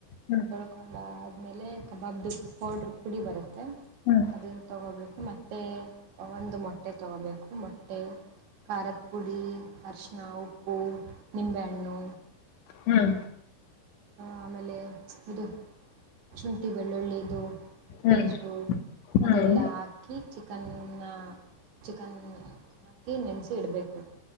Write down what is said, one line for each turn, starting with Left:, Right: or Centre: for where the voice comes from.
Left: ಹ್ಮ್
Right: ತೊಳ್ಕೊಂಡಾದ್ಮೇಲೆ ಕಬಾಬದು ಪೌಡ್ರ ಪುಡಿ ಬರುತ್ತೆ.
Left: ಹ್ಮ್
Right: ಅದನಾ ತಗೋಬೇಕು ಮತ್ತೆ ಒಂದು ಮೊಟ್ಟೆ ತೊಗೋಬೇಕು ಮೊಟ್ಟೆ ಖಾರದ ಪುಡಿ ಅರಶಿನ ಉಪ್ಪು ನಿಂಬೆಹಣ್ಣು.
Left: ಹ್ಮ್
Right: ಆಮೇಲೆ ಶೀನ ಇದು ಶುಂಠಿ ಬೆಳ್ಳುಳ್ಳಿದು
Left: ಹ್ಮ್
Right: ಪೇಸ್ಟು
Left: ಹ್ಮ್
Right: ಅದೆಲ್ಲಾ ಹಾ ಹಾಕಿ ಚಿಕನ್ನ ಚಿಕನ್ ಹಾಕಿ ನೆನೆಸಿ ಇಡಬೇಕು